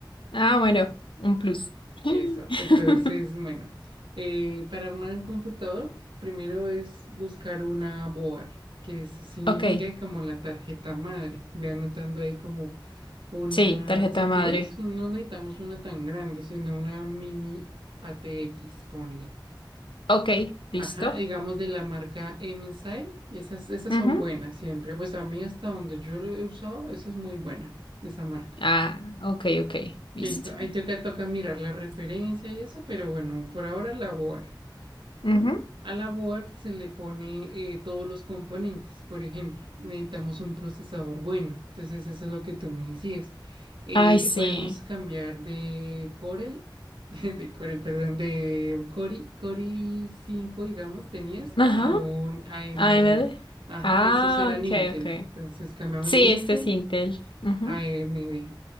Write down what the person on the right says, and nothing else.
Eso, entonces, bueno, eh, para armar un computador, primero es buscar una board, que eso significa
como la tarjeta madre. Ve anotando ahí como una,
si
quieres, no necesitamos una tan grande, sino una mini ATX, ponle.
Ajá, digamos de la marca MSI, esas, esas
son buenas siempre. Pues a mí hasta donde yo lo he usado, eso es muy buena, esa marca.
Listo,
ahí toca, toca mirar la referencia y eso, pero bueno, por ahora la board.
A la board se le pone eh, todos los componentes. Por ejemplo, necesitamos un procesador bueno. Entonces, eso es lo que tú me decías. Eh,
podemos cambiar de Corel, <laughs> de Corel, perdón, de Cori, Cori 5 digamos, tenías,
a un AMD.
Ajá,
esos eran
Intel.
Entonces, cambiamos
de Intel
a AMD.